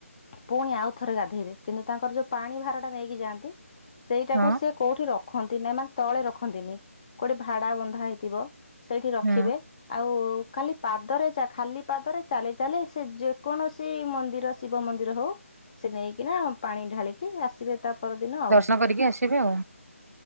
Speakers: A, on the left; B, on the right.
A: ପୁଣି ଆଉ ଥରେ ଗାଧେଇବେ କିନ୍ତୁ ତାଙ୍କର ଯୋଉ ପାଣି ଭାର ଟା ନେଇକି ଯାଆନ୍ତି ସେଇଟାକୁ
B: ହଁ
A: ସେ କୋଉଠି ରଖନ୍ତି ନାଇଁ ମାନେ ତଳେ ରଖନ୍ତିନି କୋଉଠି ଭାଡା ବନ୍ଧା ହେଇଥିବ। ସେଇଠି ରଖିବେ
B: ହୁଁ
A: ଆଉ କାଲି ପାଦରେ ଚା ଖାଲି ପାଦରେ ଚାଲି ଚାଲି ସେ ଯେକୌଣସି ମନ୍ଦିର ଶିବ ମନ୍ଦିର ହଉ ସେ ନେଇକିନା ପାଣି ଢାଳିକି ଆସିବେ ତା ପରଦିନ ଆଉ।
B: ଦର୍ଶନ କରିକି ଆସିବେ ଆଉ।